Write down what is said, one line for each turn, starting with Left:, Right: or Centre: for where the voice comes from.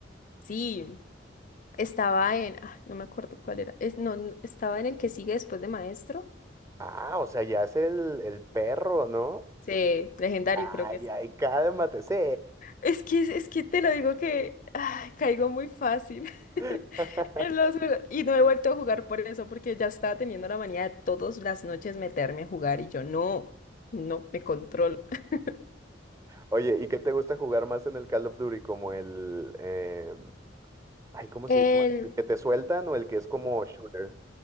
Left: Sí, estaba en, ah, no me acuerdo cuál era, es, no, n- estaba en el que sigue después de Maestro.
Right: Ah, o sea, ya es el, el perro, ¿no?
Left: Sí, legendario
Right: Ay,
Left: creo que es.
Right: ay, cálmate, sí.
Left: Es que, es que te lo digo que ay, caigo muy fácil <laughs>
Right: <laughs>
Left: en los juegos y no he vuelto a jugar por eso porque ya estaba teniendo la manía de todas las noches meterme a jugar y yo no, no me controlo. <laughs>
Right: Oye, ¿y qué te gusta jugar más en el Call of Duty? ¿Como el... eh, ay, ¿cómo
Left: El,
Right: se llama? ¿El que te sueltan o el que es como shooter?